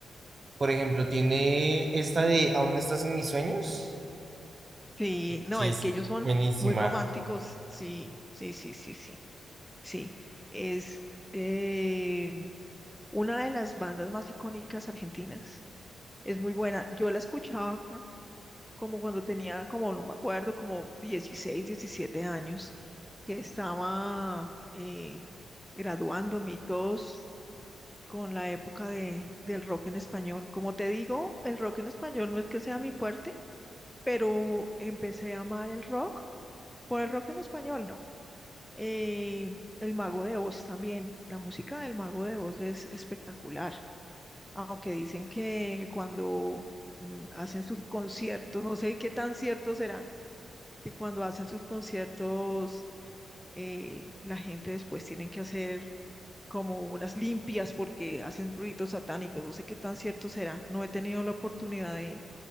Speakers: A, on the right; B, in the centre.
A: por ejemplo, tiene esta de Aún estás en mis sueños,
B: Sí, no,
A: que
B: es
A: es
B: que ellos son
A: buenísima.
B: muy románticos. Sí, sí, sí, sí, sí, sí. Es, eh, una de las bandas más icónicas argentinas. Es muy buena. Yo la escuchaba como cuando tenía, como no me acuerdo, como 16, 17 años, que estaba eh, graduándome y todos con la época de, del rock en español. Como te digo, el rock en español no es que sea mi fuerte, pero empecé a amar el rock por el rock en español, ¿no? Eh, el Mago de Oz también, la música del Mago de Oz es espectacular. aunque dicen que cuando mm, hacen sus conciertos, no sé qué tan cierto será, que cuando hacen sus conciertos, eh, la gente después tiene que hacer como unas limpias porque hacen ruidos satánicos, no sé qué tan cierto será. No he tenido la oportunidad de,